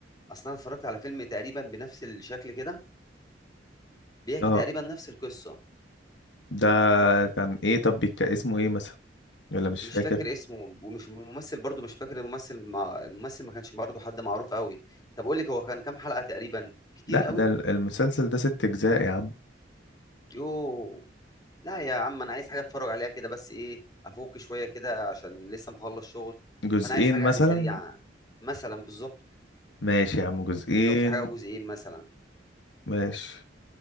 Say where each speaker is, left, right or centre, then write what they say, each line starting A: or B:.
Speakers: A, on the left (about 20°); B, on the left (about 80°).
A: اصلا اتفرجت على فيلم تقريبا بنفس الشكل كده بيحكي
B: اه
A: تقريبا نفس القصه
B: ده كان ايه طب بيك اسمه ايه مثلا ولا مش
A: مش
B: فاكر
A: فاكر اسمه ومش الممثل برضو مش فاكر الممثل مع الممثل ما كانش برضو حد معروف قوي طب قول لك هو كان كام حلقه تقريبا كتير
B: لا
A: قوي
B: ده ال- المسلسل ده ست اجزاء يا عم
A: يوه لا يا عم انا عايز حاجه اتفرج عليها كده بس ايه افك شويه كده عشان لسه مخلص شغل
B: جزئين
A: فانا عايز حاجه
B: مثلا
A: يعني سريعه مثلا بالظبط
B: ماشي يا عم جزئين
A: لو في حاجه جزئين مثلا
B: ماشي